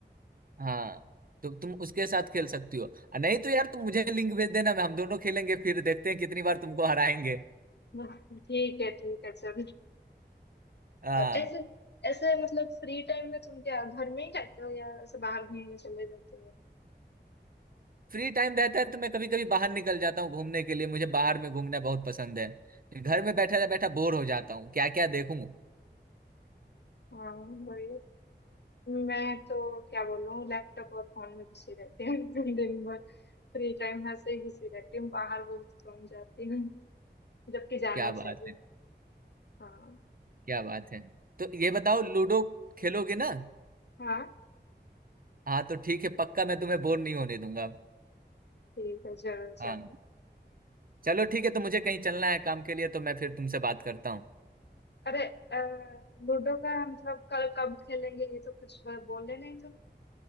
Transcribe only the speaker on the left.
<laughs> ठीक है ठीक है चलो
और ऐसे ऐसे मतलब फ्री टाइम में तुम क्या घर में ही रहते हो या ऐसे बाहर घूमने चले जाते हो
हाँ बढ़िया मैं तो क्या बोलूँ लैपटॉप और फोन में घुसी रहती हूँ <laughs> दिन भर फ्री टाइम ऐसे ही घुसी रहती हूँ बाहर बहुत कम जाती हूँ जबकि जाना
चाहिए
हाँ
हाँ
ठीक है जरूर
जरूर
अरे अ, लूडो का मतलब कल कब खेलेंगे ये तो कुछ ब- बोले नहीं तो